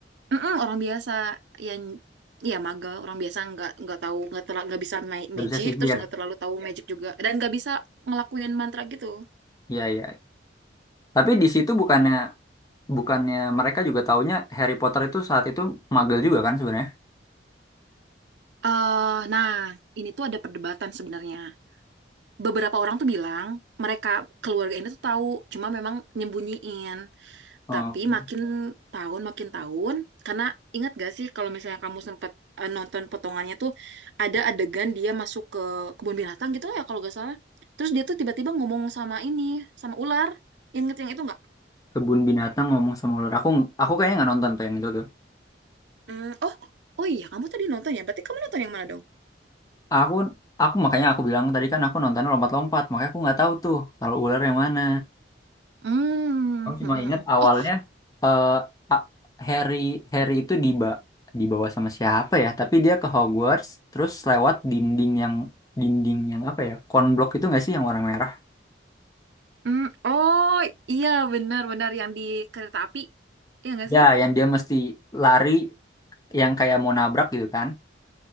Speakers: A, on the right (about 65°); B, on the left (about 20°).
A: Mm-mm, orang biasa yang ya magel, orang biasa nggak nggak tahu nggak terla- nggak bisa naik
B: nggak
A: magic,
B: bisa sihir.
A: terus nggak terlalu tahu magic juga dan nggak bisa ngelakuin mantra gitu.
B: Iya iya. Tapi di situ bukannya bukannya mereka juga taunya Harry Potter itu saat itu magel juga kan sebenarnya.
A: eh nah, ini tuh ada perdebatan sebenarnya. Beberapa orang tuh bilang mereka keluarga ini tuh tahu, cuma memang nyembunyiin.
B: Oh,
A: Tapi makin tahun makin tahun, karena ingat gak sih kalau misalnya kamu sempat eh, nonton potongannya tuh ada adegan dia masuk ke kebun binatang gitu ya kalau gak salah. Terus dia tuh tiba-tiba ngomong sama ini, sama ular. Ingat yang itu nggak?
B: kebun binatang ngomong sama ular. Aku aku kayaknya nggak nonton tuh yang itu tuh.
A: Hmm, oh, oh iya kamu tadi nonton ya. Berarti kamu nonton yang mana dong?
B: Aku aku makanya aku bilang tadi kan aku nonton lompat-lompat, makanya aku nggak tahu tuh kalau ular yang mana.
A: Hmm.
B: Aku
A: <laughs>
B: cuma ingat awalnya
A: Oh,
B: eh A- Harry Harry itu diba dibawa sama siapa ya? Tapi dia ke Hogwarts terus lewat dinding yang dinding yang apa ya? Konblok itu nggak sih yang warna merah?
A: hmm. Oh, iya benar-benar yang di kereta api. Iya nggak
B: Ya,
A: sih?
B: yang dia mesti lari yang kayak mau nabrak gitu kan.